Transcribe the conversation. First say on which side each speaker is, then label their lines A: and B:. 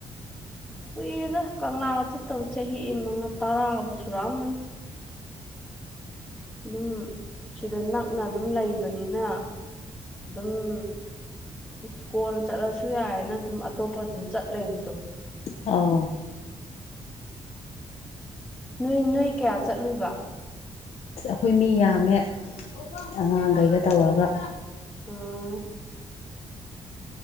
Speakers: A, on the left; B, on the left.
A: ꯀꯨꯏꯔ‌ꯦꯗ ꯀꯪꯂꯥꯒ ꯆꯠꯇꯕ ꯆꯍꯤ ꯃꯉꯥ ꯇꯔꯥꯕꯨ ꯁꯨꯔꯛꯑꯃꯅꯤ ꯑꯗꯨꯝ ꯁꯤꯗ ꯅꯛꯅ ꯑꯗꯨꯝ ꯂꯩꯕꯅꯤꯅ ꯑꯗꯨꯝ ꯏꯀꯣꯟꯅ ꯆꯠꯂꯁꯨ ꯌꯥꯔ‌ꯦꯅ ꯑꯗꯨꯝ ꯑꯇꯣꯞꯄ ꯑꯗꯨꯝ ꯆꯠ ꯂꯩꯕꯗꯣ
B: ꯑꫭ
A: ꯅꯣꯏ ꯅꯣꯏ ꯀꯌꯥ ꯆꯠꯂꯨꯏꯕ
B: ꯑꯁ ꯑꯩꯈꯣꯏ ꯃꯤ ꯌꯥꯝꯃꯦ ꯑꯉꯥꯡꯈꯩꯒ ꯇꯧꯔꯒ
A: ꯎꯝ